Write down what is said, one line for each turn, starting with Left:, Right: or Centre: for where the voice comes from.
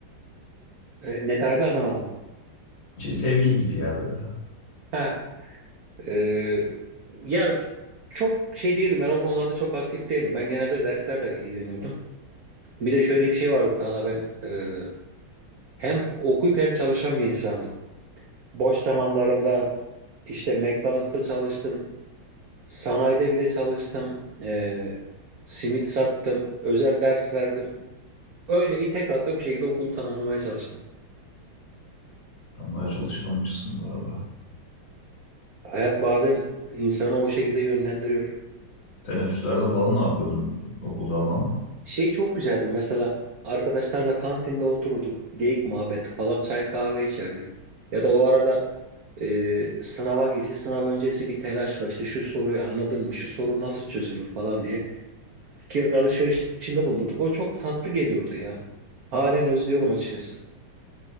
Right: E, ne tarzı anlamadım.
Left: Şey sevgili gibi ya böyle.
Right: Ha, e, ya çok şey değilim ben o konularda çok aktif değilim. Ben genelde derslerle ilgileniyordum. Bir de şöyle bir şey vardı Talha ben e, hem okuyup hem çalışan bir insandım. Boş zamanlarımda işte McDonald's'ta çalıştım. Sanayide bile çalıştım. E, simit sattım. Özel ders verdim. Öyle ite kalka bir şekilde okulu tamamlamaya çalıştım.
Left: Sen bayağı çalışkanmışsın be abi.
Right: Hayat bazen insanı o şekilde yönlendiriyor.
Left: Teneffüslerde falan ne yapıyordun okul zamanı?
Right: Şey çok güzeldi mesela arkadaşlarla kantinde otururduk. Geyik muhabbeti falan çay kahve içerdik. Ya da o arada e, sınava gireceğiz. Sınav öncesi bir telaş var işte şu soruyu anladın mı? Şu soru nasıl çözülür falan diye. Fikir alışverişinde bulunurduk. O çok tatlı geliyordu ya. Halen özlüyorum açıkçası.